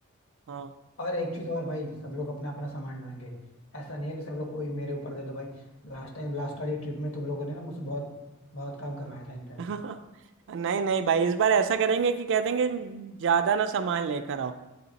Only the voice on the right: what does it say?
हाँ
<laughs> नहीं नहीं भाई इस बार ऐसा करेंगे कि कह देंगे ज्यादा ना सामान लेकर